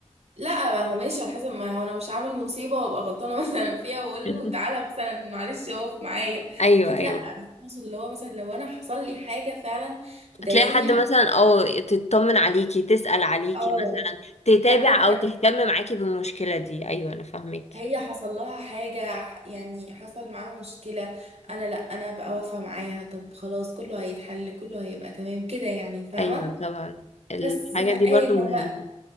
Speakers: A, on the right (about 65°); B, on the left (about 65°).
A: لا ما هو ماشي على حسب ما هو انا مش عامل مصيبه وابقى غلطانه <laughs> مثلا فيها واقول
B: <laughs>
A: له تعالى مثلا معلش اقف معايا
B: ايوه
A: اكيد
B: ايوه
A: لا بس اقصد اللي هو مثلا لو انا حصل لي حاجه فعلا تضايقني
B: تلاقي حد
A: او
B: مثلا او تطمن عليكي تسأل عليكي
A: اه
B: مثلا تتابع
A: حد بجد
B: او تهتم معاكي بالمشكله دي ايوه انا فاهمك
A: هي حصل لها حاجة ح- يعني حصل معاها مشكلة انا لا انا بقى واقفة معاها طب خلاص كله هيتحل كله هيبقى تمام كده يعني فاهمة
B: ايوه طبعا الحاجه
A: بس زهقانة
B: دي برضو مهمه
A: بقى